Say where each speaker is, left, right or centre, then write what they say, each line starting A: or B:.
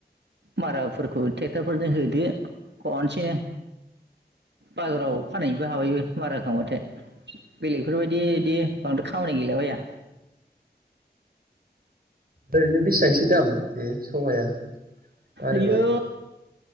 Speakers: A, on the right (about 80°); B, on the right (about 55°).
A: माराफोरखौ ट्रेक्ट'रफोरजों होदो खनसेनो बाजाराव फानहैनोबो हाबायबो मारा होखांबाथाय बेलेगफोरबायदि बिदि बांद्राय खामानि गैलाबाया
B: ओरैनो बेसेबांसो दाम बे सबाया फानोबा?
A: आयऔ